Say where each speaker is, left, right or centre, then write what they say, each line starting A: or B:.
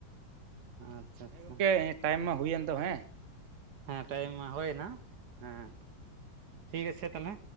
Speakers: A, on the right; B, on the right.
A: ᱟᱪᱪᱷᱟ
B: ᱦᱮᱸ
A: ᱟᱪᱪᱷᱟ
B: ᱜᱚᱢᱠᱮ ᱴᱟᱭᱤᱢ ᱢᱟ ᱦᱩᱭᱮᱱ ᱫᱚ ᱦᱮᱸ ᱟᱫᱚᱞᱤᱧ
A: ᱦᱮᱸ ᱴᱟᱭᱤᱢ
B: ᱫᱚᱦᱚᱭᱮᱫᱟ
A: ᱢᱟ ᱦᱩᱭ ᱮᱱᱟ ᱦᱮᱸ ᱴᱷᱤᱠ ᱟᱪᱷᱮ ᱛᱟᱞᱦᱮ